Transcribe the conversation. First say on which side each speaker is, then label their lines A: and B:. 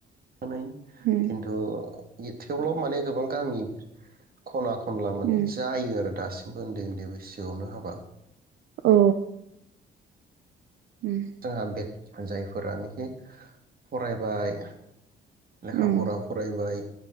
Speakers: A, on the right; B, on the right.
A: <unintelligible>
B: उम
A: खिन्थु ए थेवब्लाबो माने गोबां गामि खना खनला माने
B: उम
A: जायो आरो दासि बो ओन्दै ओन्दै बैसोआवनो हाबा
B: औ उम
A: जोंहा बे जायफोरानोखि फरायबाय लेखा
B: उम
A: फरा फरायबाय